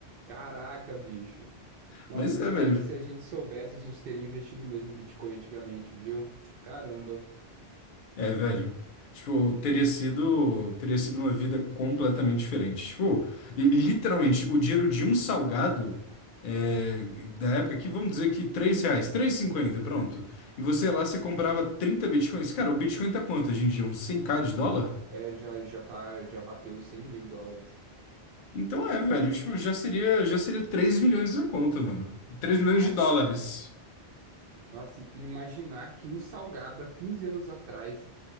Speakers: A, on the right; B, on the left.
A: Caraca, bicho. Nossa,
B: Mas
A: o
B: é,
A: pior
B: velho,
A: é que se a gente soubesse, a gente teria investido mesmo em Bitcoin antigamente, viu? Caramba.
B: É, velho. Tipo, teria sido, teria sido uma vida completamente diferente. Tipo, e- e literalmente, o dinheiro de um salgado é, da época aqui, vamos dizer que 3 reais, três e cinquenta, pronto. E você lá, você comprava 30 bitcoins. Cara, o bitcoin tá quanto hoje em dia? Uns 100k de dólar?
A: É, já, já tá, já bateu os 100 mil dólares.
B: Então é, velho, tipo, já seria, já seria três milhões na conta, mano. Três milhões
A: Nossa.
B: de dólares.
A: Nossa, e imaginar que um salgado há 15 anos atrás